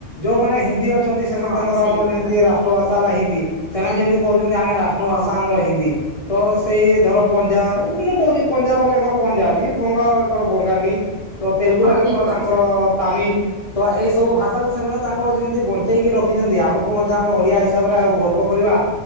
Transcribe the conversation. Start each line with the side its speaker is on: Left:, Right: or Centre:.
Left: ଯୋଉମାନେ ହିନ୍ଦୀ ଅ ଅଛନ୍ତି ସେମାନେ
Right: ହଁ
Left: ତାଙ୍କର
Right: ସେଇ
Left: ଆମର
Right: କଥା
Left: ଯେମିତି ରାଷ୍ଟ୍ର ଭାଷା ହେଲା ହିନ୍ଦି ସେମାନେ ଯେମିତି କହୁ ଛନ୍ତି ଆମ ରାଷ୍ଟ୍ର
Right: ହଁ
Left: ଭାଷା ଆମର ହିନ୍ଦୀ। ତ ସେଇ ଧର ପଞ୍ଜାବ ମୁଁ କହୁଛି ପଞ୍ଜାବ ବାଲାଙ୍କର ପଞ୍ଜାବୀ, ବଙ୍ଗଳାଙ୍କର ବଙ୍ଗାଲୀ ତ ତେଲୁଗୁ
Right: ହଁ
Left: ବାଲେଙ୍କର
Right: ଠିକ କଥା।
Left: ତାଙ୍କର-ଅ-ଅ ତାମିଲ। ତ ଏଇ ସବୁ ଭାଷାକୁ ସେମାନେ ତାଙ୍କର ଯେମିତି ବଞ୍ଚେଇକି ରଖିଛନ୍ତି ଆଗକୁ ମଧ୍ୟ ଆମେ ଓଡିଆ ହିସାବରେ ଆଉ ଗର୍ବ କରିବା